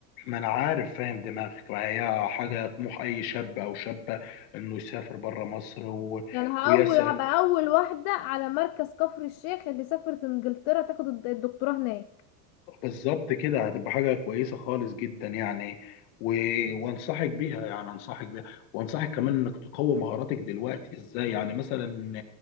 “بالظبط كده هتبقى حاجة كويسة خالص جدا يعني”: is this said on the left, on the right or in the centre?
Left